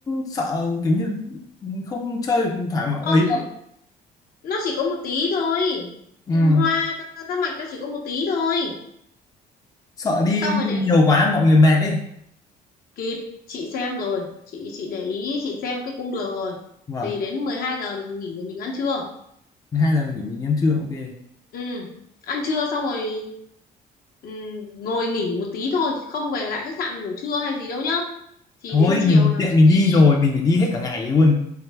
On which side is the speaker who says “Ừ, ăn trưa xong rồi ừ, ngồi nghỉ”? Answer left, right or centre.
Left